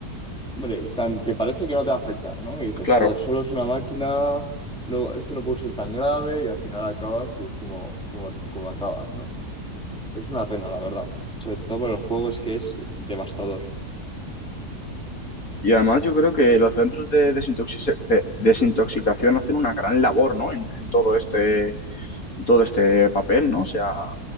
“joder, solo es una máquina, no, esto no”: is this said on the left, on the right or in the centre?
Centre